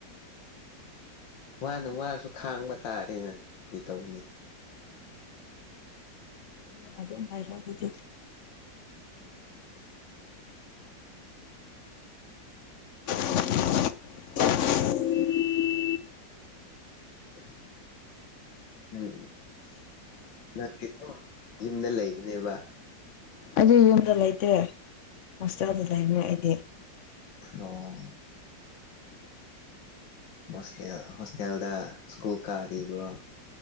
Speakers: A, on the left; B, on the left.
A: ꯃꯥꯅ ꯋꯥꯔꯁꯨ ꯈꯥꯡꯕ ꯇꯥꯔꯦꯅ ꯀꯩꯇꯧꯅꯤ
B: ꯋꯥꯣ ꯃꯥꯥꯏ ꯋꯥ ꯑꯗꯨ <unintelligible> <inaudible>
A: ꯑꯁ <unintelligible> <inaudible> ꯎꯝ ꯅꯪ ꯅꯪ ꯌꯨꯝꯗ ꯂꯩꯕꯅꯦꯕ
B: ꯑꯩ ꯌꯨꯝꯗ ꯂꯩꯇꯦ ꯃꯁꯇꯔꯗ ꯂꯩꯕꯅꯦ ꯑꯩꯗꯤ
A: ꯑꯣ <inaudible> <unintelligible> ꯍꯣꯁꯇꯦꯜ ꯍꯣꯁꯇꯦꯜꯗ ꯁ꯭ꯀꯨꯜ ꯀꯥꯔꯤꯕ